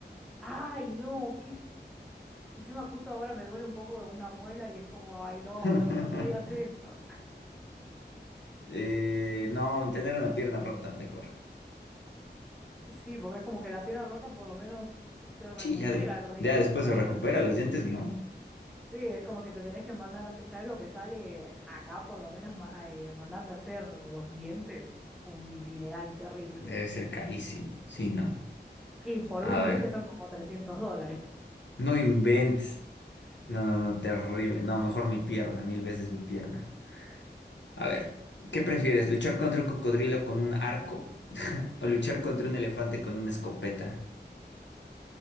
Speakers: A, in the centre; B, on the left.
A: Ay, no, qué, Encima justo ahora me duele un poco una muela y es como, ay, no,
B: <laughs>
A: no, no me digas eso.
B: Eh, no, tener una pierna rota, mejor.
A: Sí, porque es como que la pierna rota por lo menos se recupera,
B: Sí, ya, de-
A: los dientes,
B: ya después
A: los
B: se
A: dientes
B: recupera
A: te...
B: los dientes, ¿no?
A: Sí, es como que te tenés que mandar a... hacer- ¿Sabes lo que sale acá por lo menos ma- eh, mandarte a hacer los dientes? Un dineral terrible.
B: Debe ser carísimo. Sí, ¿no?
A: Y por
B: A
A: un diente
B: ver.
A: son como 300 dólares.
B: No inventes. No,
A: <laughs>
B: no, no, terrible. No, mejor mi pierna, mil veces mi pierna. A ver, ¿qué prefieres? ¿Luchar contra un cocodrilo con un arco o luchar contra un elefante con una escopeta?